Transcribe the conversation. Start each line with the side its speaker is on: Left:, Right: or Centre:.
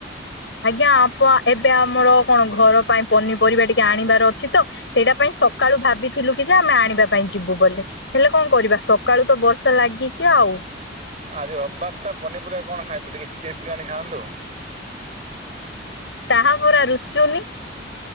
Left: ଆଜ୍ଞା ଆପଣ ଏବେ ଆମର କଣ ଘର ପାଇଁ ପନିପରିବା ଟିକେ ଆଣିବାର ଅଛି ତ। ସେଇଟା ପାଇଁ ସକାଳୁ ଭାବିଥିଲୁ କି ଯେ ଆମେ ଆଣିବା ପାଇଁ ଯିବୁ ବୋଲି। ହେଲେ କଁ କରିବା ସକାଳୁ ତ ବର୍ଷା ଲାଗିଛି ଆଉ।
Right: ଆଜି ରବିବାର ଟା ପନିପରିବା କଣ ଖାଇବେ ଟିକେ ଚିକେନ ଫିକେନ ଆଣି ଖାଆନ୍ତୁ।
Left: ତାହା ପରା ରୁଚୁନି।